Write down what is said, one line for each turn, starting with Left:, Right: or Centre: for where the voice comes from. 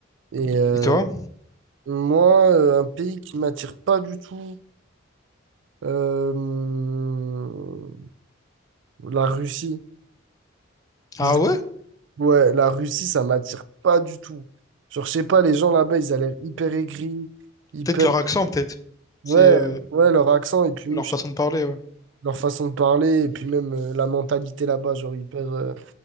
Right: Et euh,
Left: Et toi?
Right: moi, euh, un pays qui m'attire pas du tout, euh, la Russie.
Left: Ah
Right: Je-
Left: ouais?
Right: Ouais, la Russie, ça m'attire pas du tout. Genre, je sais pas, les gens là-bas, ils ont l'air hyper aigris, hyper...
Left: Peut-être leur accent, peut-être. C'est
Right: Ouais,
Left: euh,
Right: ouais, leur accent, et puis même,
Left: leur
Right: je
Left: façon de parler, ouais.
Right: leur façon de parler et puis même euh, la mentalité là-bas, genre hyper, euh,